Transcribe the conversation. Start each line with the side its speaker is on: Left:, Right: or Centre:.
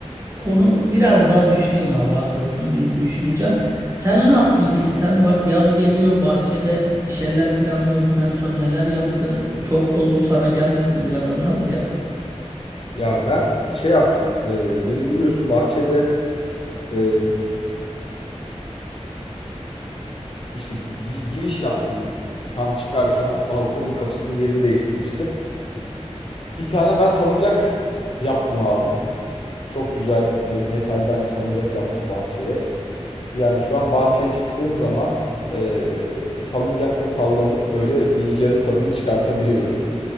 Right: Onu biraz daha düşüneyim abi haklısın bir düşüneceğim. Sen ne yaptın peki? Sen bak yaz geliyor bahçede bir şeyler planlıyordun en son neler yaptın? Çok da oldu sana gelmedim biraz anlat ya.
Left: Ya ben şey yaptım. e, beni biliyorsun bahçede e, işte gi- giriş yaptım tam çıkarken balkonun kapısının yerini değiştirmiştim. Bir tane ben salıncak yaptım abi. Çok güzel me- metalden bir salıncak yaptım bahçeye. Yani şu an bahçeye çıktığım zaman eee, salıncakta sallanıp böyle rüzgarın tadını çıkartabiliyorum.